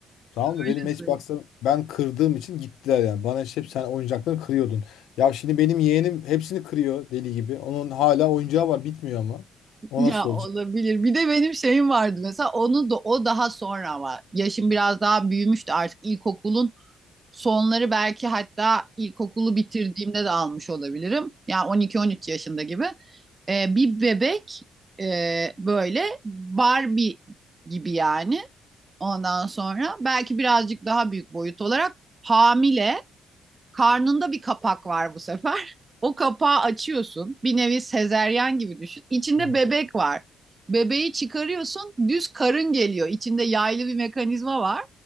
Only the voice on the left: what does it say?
Tamam
da benim Matchbox'larım
ben kırdığım için gittiler yani. Bana işte hep sen oyuncaklarını kırıyordun. Ya şimdi benim yeğenim hepsini kırıyor deli gibi. Onun hala oyuncağı var bitmiyor ama. O
nasıl
olacak?
Hı hı.